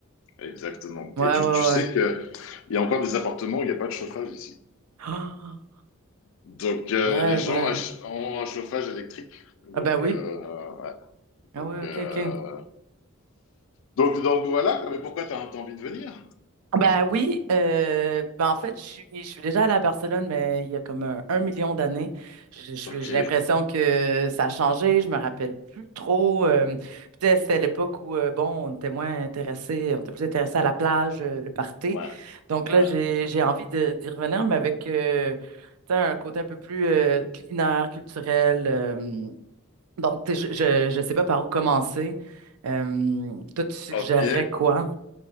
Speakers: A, on the left; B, on the right.
A: exactement.
B: Ouais,
A: Et tu,
B: ouais,
A: tu sais
B: ouais. <gasps>
A: que il y a encore des appartements où il n'y a pas de chauffage ici.
B: Ah,
A: Donc, euh,
B: ouais,
A: les gens
B: ouais.
A: ach- ont un chauffage électrique. Donc,
B: Ah, ben oui.
A: euh,
B: Ah
A: donc,
B: oui, OK,
A: euh,
B: OK.
A: donc, donc voilà. quoi. Mais pourquoi tu as, envie de venir?
B: Ben oui, euh, ben en fait, je suis, je suis déjà allée à Barcelone, mais il y a comme un, un million d'années. Je- je suis-
A: Ok.
B: J'ai l'impression que ça a changé, je me rappelle plus trop. euh, peut-être c'était à l'époque où, euh, bon, on était moins intéressés, on était plus intéressés à la plage, euh, le party.
A: Ouais,
B: Donc là,
A: ouais.
B: j'ai, j'ai envie de, d'y revenir, mais avec euh, tu sais, un côté un peu plus euh, culinaire, culturel. euh, donc, tu sais, je, je, je sais pas par où commencer. Euh, toi, tu suggérerais
A: Ok,
B: quoi?